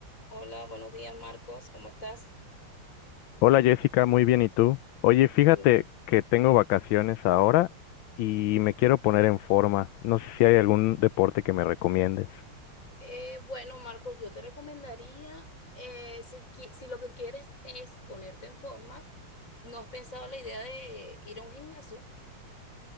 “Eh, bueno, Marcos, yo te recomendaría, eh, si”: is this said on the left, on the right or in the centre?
Left